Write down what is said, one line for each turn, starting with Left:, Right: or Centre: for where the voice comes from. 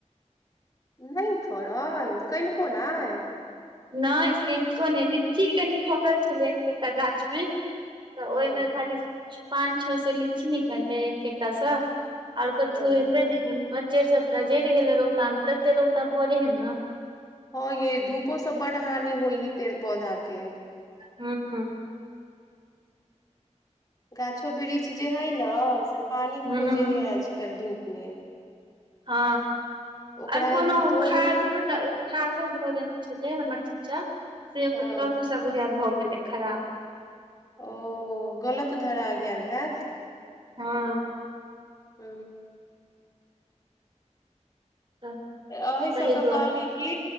Left: नहि फड़ल कनिकोनहि
Right: नहि केनिको नहि लीची कनि फड़ल छलै एके ता गाछ मे तऽ
Left: हँ
Right: ओहिमे खाली पांच छओ सए लीच निकलै एकेटा स आओर कथु
Left: हँ
Right: हेब ने मज्जर सबटा जरि गेलै रौदा मे तते रौदा पड़े हे ने
Left: हँ यै धूपो से बड हानि होइ हय पेड़ पौधा के
Right: हँ
Left: गाछो वृक्ष जे हइ ने से पानि
Right: हूँ
Left: खोजे है आजकल धूप मे
Right: हँ
Left: ओकरा
Right: आर
Left: है
Right: कोनो
Left: कि धो
Right: खादो खादो धऽ देने छलै हमर चचा सेहो
Left: हँ
Right: तहु से बुझाय यै भऽ गेलै खराब
Left: ओ गलत धरा गेल हैत
Right: हँ
Left: ह
Right: तऽ
Left: अहिसक
Right: ताहि दुआरे
Left: कहली कि